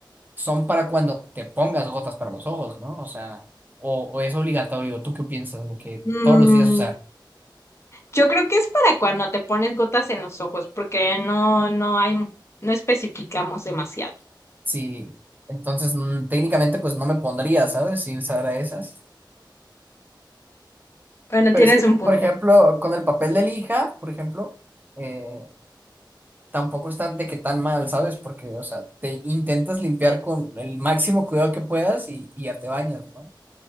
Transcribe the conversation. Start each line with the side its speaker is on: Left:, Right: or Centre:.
Right: son para cuando te pongas gotas para los ojos, ¿no? O sea, o, o es obligatorio, ¿tú qué piensas? De que
Left: Mm,
Right: todos los días usar.
Left: yo creo que es para cuando te pones gotas en los ojos, porque no, no hay, no especificamos demasiado.
Right: Sí, entonces mm, técnicamente pues no me pondría, ¿sabes? Si usara esas.
Left: Bueno,
Right: Pero
Left: tienes
Right: es que,
Left: un
Right: por
Left: punto.
Right: ejemplo, con el papel de lija, por ejemplo, eh, tampoco está de que tan mal, ¿sabes? Porque, o sea, te intentas limpiar con el máximo cuidado que puedas y, y ya te bañas, ¿no?